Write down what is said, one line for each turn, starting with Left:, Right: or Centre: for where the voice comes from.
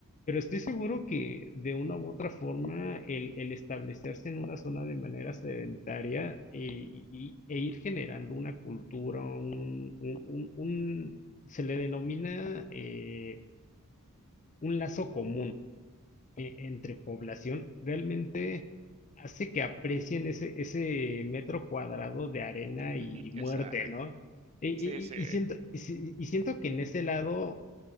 Left: pero estoy seguro que de una u otra forma el, el establecerse en una zona de manera sedentaria eh, y, e ir generando una cultura, un, un- un- un- se le denomina eh, un lazo común eh, entre población, realmente hace que aprecien ese, ese metro cuadrado de arena y
Right: <laughs> Exacto.
Left: muerte, ¿no? Y, y-
Right: Sí,
Left: y-
Right: sí,
Left: y siento, y si- y siento que en ese lado